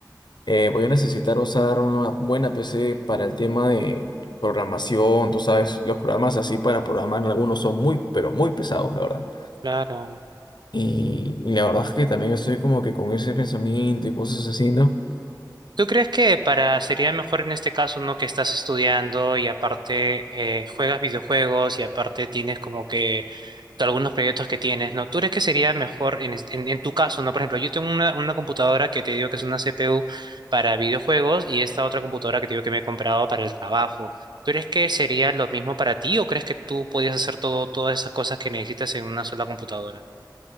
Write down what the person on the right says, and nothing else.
Claro.
¿Tú crees que para sería mejor en este caso, no que estás estudiando y aparte eh, juegas videojuegos y aparte tienes como que tú- algunos proyectos que tienes, ¿no? ¿Tú crees que sería mejor en, este- en, en tu caso, ¿no? Por ejemplo, yo tengo una, una computadora que te digo que es una CPU para videojuegos y esta otra computadora que te digo que me he comprado para el trabajo. ¿Tú crees que sería lo mismo para ti o crees que tú podías hacer todo, todas esas cosas que necesitas en una sola computadora?